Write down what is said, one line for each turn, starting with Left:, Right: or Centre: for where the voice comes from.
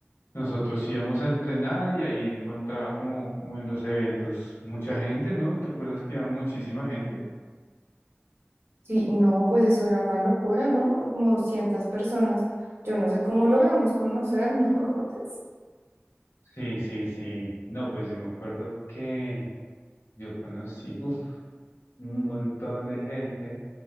Left: nosotros íbamos a entrenar y ahí encontraba como, como en los eventos mucha gente, ¿no? ¿Te acuerdas que iba muchísima gente?
Right: Sí, no, pues eso era una locura, ¿no? Como 200 personas. Yo no sé cómo logramos conocernos. <laughs>
Left: Sí, sí, sí. No, pues yo me acuerdo que yo conocí, uf, un montón de gente,